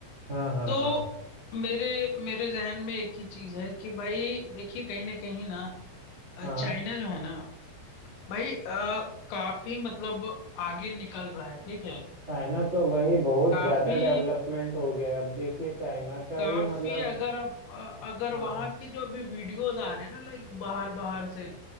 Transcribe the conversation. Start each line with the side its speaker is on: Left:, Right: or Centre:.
Right: हाँ हाँ
Left: तो
Right: हाँ
Left: मेरे मेरे जहन में एक ही चीज है कि भाई देखिए कहीं ना कहीं ना अ,
Right: हाँ
Left: चाइना जो है ना भाई अ, काफी मतलब आगे निकल रहा है ठीक है
Right: चाइना तो वही बहुत
Left: काफी
Right: ज्यादा डेवलपमेंट हो गया है अब देखिए चाइना का
Left: काफी
Right: ही मतलब
Left: अगर आप अ, अगर
Right: हाँ
Left: वहां के जो अभी वीडियोस आ रहे हैं ना लाइक बाहर बाहर से